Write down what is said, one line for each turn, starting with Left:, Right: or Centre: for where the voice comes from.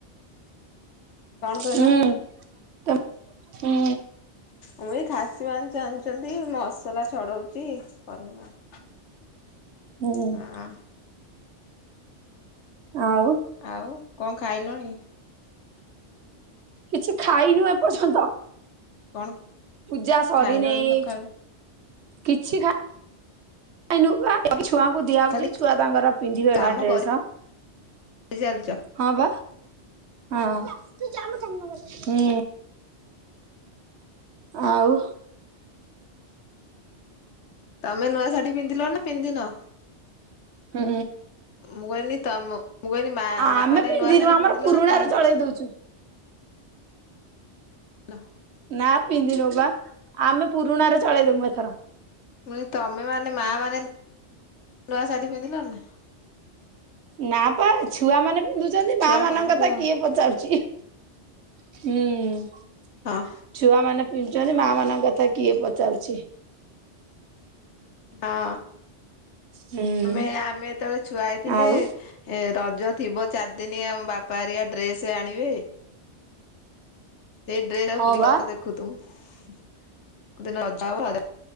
Left: କଣ କହିଲ?
Right: ହୁଁ ତ ହୁଁ।
Left: ମୁଁ ଏ ଖାସି ମାଂସ ଆଣିଚନ୍ତି ମସଲା ଛଡଉଚି କରିବା ଆଉ।
Right: ହୁଁ।
Left: ହଁ
Right: ଆଉ
Left: ଆଉ କଣ ଖାଇଲଣି?
Right: କିଛି ଖାଇନୁ ଏପର୍ଯ୍ୟନ୍ତ।
Left: କଣ?
Right: ପୂଜା ସରିନେଇ
Left: ଖାଇଲଣି ସକାଳୁ?
Right: କିଛି ଖା <unintelligible> ଛୁଆଙ୍କୁ ଦିଆହୋଉଚି
Left: ଖାଲି
Right: ଛୁଆ ତାଙ୍କର ପିନ୍ଧିବେ
Left: କାମ
Right: ବା ଡ୍ରେସ୍।
Left: କରି ଚାଲିଛ।
Right: ହଁ ବା ହଁ। ହୁଁ ଆଉ
Left: ତମେ ନୂଆ ଶାଢୀ ପିନ୍ଧିଲ ନା ପିନ୍ଧିନ?
Right: ହୁଁ।
Left: ମୁଁ କହିଲି ତମ ମୁଁ କହିଲି ମା
Right: ଆମେ
Left: ମା ମାନେ
Right: ପିନ୍ଧିନୁ
Left: ନୂଆ ଶାଢୀ
Right: ଆମର
Left: ପିନ୍ଧିଲ
Right: ପୁରୁଣା
Left: ନା ପିନ୍ଧିନ?
Right: ର ଚଳେଇ ଦୋଉଚୁ।
Left: <unintelligible>
Right: ନା ପିନ୍ଧିନୁ ବା ଆମେ ପୁରୁଣାରେ ଚଳେଇଦମୁ ଏଥର।
Left: ପୁଣି ତମେ ମାନେ ମା ମାନେ ନୂଆ ଶାଢୀ ପିନ୍ଧିଲଣି ନାଁ?
Right: ନା ପା ଛୁଆ ମାନେ ପିନ୍ଧୁଚନ୍ତି
Left: ଛୁଆ
Right: ମା ମାନଙ୍କ
Left: ପିନ୍ଧନ୍ତୁ
Right: କଥା
Left: ଆଉ
Right: କିଏ ପଚାରୁଚି? ହୁଁ।
Left: ହଁ।
Right: ଛୁଆ ମାନେ ପିନ୍ଧୁଚନ୍ତି ମା ମାନଙ୍କ କଥା କିଏ ପଚାରୁଚି?
Left: ହଁ।
Right: ହୁଁ
Left: ଆମେ ଆମେ ଯେତେବେଳେ ଛୁଆ ହେଇଥିଲେ
Right: ଆଉ
Left: ଏ ରଜ ଥିବ ଚାରିଦିନି ଆମ ବାପା ହରିଆ ଡ୍ରେସ ଆଣିବେ ସେଇ ଡ୍ରେସ ଆଉ
Right: ହଁ
Left: <unintelligible>
Right: ବା
Left: ଦେଖୁଥିବୁ ଯଦି ନହବ